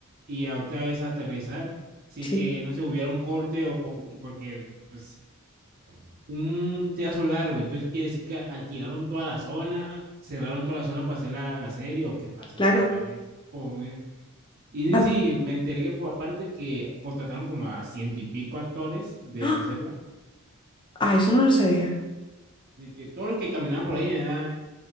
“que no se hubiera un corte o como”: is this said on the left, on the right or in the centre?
Right